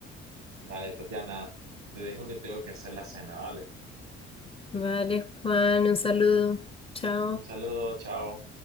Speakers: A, on the right; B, on the left.
A: Vale, Tatiana, te dejo que tengo que hacer la cena, ¿vale?
B: Vale, Juan, un saludo. Chao.
A: Un saludo, chao.